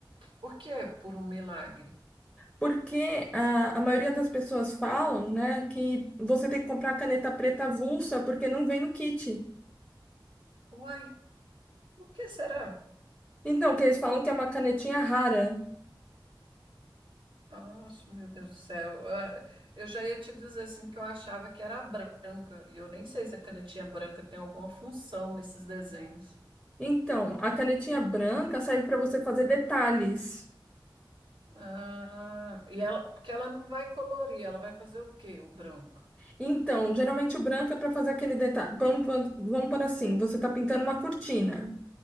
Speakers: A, on the right; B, in the centre.
A: Por que por um milagre?
B: Porque a, a maioria das pessoas falam, né, que você tem que comprar a caneta preta avulsa porque não vem no kit.
A: Uai, por que será?
B: Então, que eles falam que é uma canetinha rara.
A: Nossa, meu Deus do céu. Ah, Eu já ia te dizer assim que eu achava que era branca, e eu nem sei se a canetinha branca tem alguma função nesses desenhos.
B: Então, a canetinha branca serve para você fazer detalhes.
A: Ah, e ela, porque ela não vai colorir, ela vai fazer o quê? O branco.
B: Então, geralmente o branco é para fazer aquele detalhe. Vamos, vamos, vamos por assim, você está pintando uma cortina.